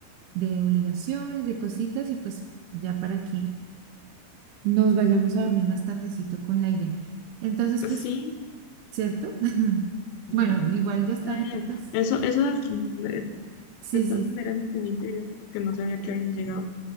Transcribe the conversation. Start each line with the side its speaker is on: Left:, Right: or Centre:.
Right: de, de obligaciones, de cositas y pues ya para que nos vayamos a dormir más tardecito con la idea. Entonces,
Left: sí,
Right: pues, ¿cierto? <laughs>
Left: sí,
Right: Bueno, igual
Left: sí,
Right: ya está
Left: está
Right: ahorita,
Left: bien.
Right: pues,
Left: Eso, eso de, de-
Right: sí,
Left: de
Right: sí.
Left: todas maneras me tenía intrigada porque no sabía que habían llegado.